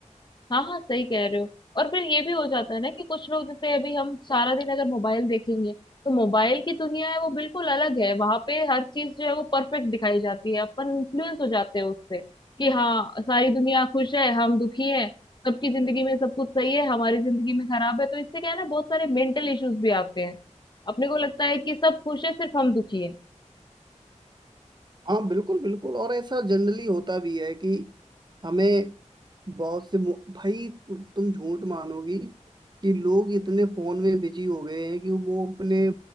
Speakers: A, on the left; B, on the right.
A: हाँ हाँ सही कह रहे हो और फिर ये भी हो जाता है ना कि कुछ लोग जैसे अभी हम सारा दिन अगर मोबाइल देखेंगे तो मोबाइल की दुनिया है वो बिल्कुल अलग है वहां पे हर चीज जो है वो परफेक्ट दिखाई जाती है अपन इन्फ्लुएंस हो जाते हैं उससे कि हाँ सारी दुनिया खुश है हम दुखी हैं सबकी जिंदगी में सब कुछ सही है हमारी जिंदगी में खराब है तो इससे क्या है ना बहुत सारे मेंटल इश्यूज भी आते हैं अपने को लगता है कि सब खुश है सिर्फ हम दुखी हैं
B: हाँ बिल्कुल बिल्कुल और ऐसा जनरली होता भी है कि हमें बहुत से मु- भाई तु, तुम झूठ मानोगी कि लोग इतने फोन में बिजी हो गए हैं कि वो अपने